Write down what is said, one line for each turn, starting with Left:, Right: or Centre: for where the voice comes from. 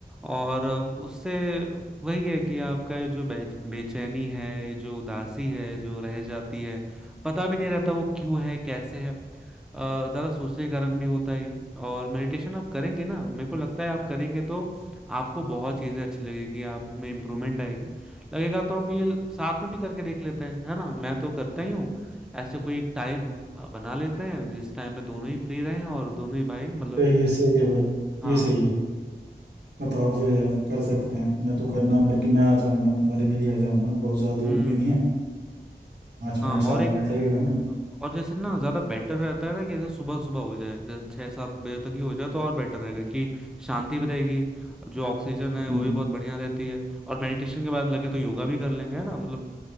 Centre: और अ, उससे वही है कि आपका ये जो बे, बेचैनी है ये जो उदासी है जो रह जाती है पता भी नहीं रहता वो क्यों है कैसे है अ, ज्यादा सोचने के कारण भी होता है ये और मेडिटेशन आप करेंगे ना मेरे को लगता है आप करेंगे तो आपको बहुत चीजें अच्छी लगेगी आप में इम्प्रूवमेंट आएगी लगेगा तो हम ये साथ में भी करके देख लेते हैं है ना मैं तो करता ही हूँ ऐसे कोई एक टाइम बना लेते हैं जिस टाइम में दोनों ही फ्री रहे और दोनों ही भाई मतलब
Right: तो ये सही है भाई
Centre: हाँ
Right: ये सही है बताओ फिर यार कर सकते हैं मैं तो करना बल्कि मैं आ जाऊंगा तुम्हारे घर ही आ जाऊंगा बहुत ज्यादा
Centre: हम्म
Right: दूर भी नहीं है पाँच
Centre: हाँ
Right: मिनट सात
Centre: और एक
Right: मिनट लगेगा मैं
Centre: और जैसे ना ज्यादा बेटर रहता है ना कि जैसे सुबह सुबह हो जाए जैसे छह सात बजे तक ही हो जाए तो और बेटर रहेगा कि शांति भी रहेगी जो ऑक्सीजन है वो
Right: हम्म,
Centre: भी बहुत बढ़िया रहती है और मेडिटेशन के बाद लगे तो योगा भी कर लेंगे है ना मतलब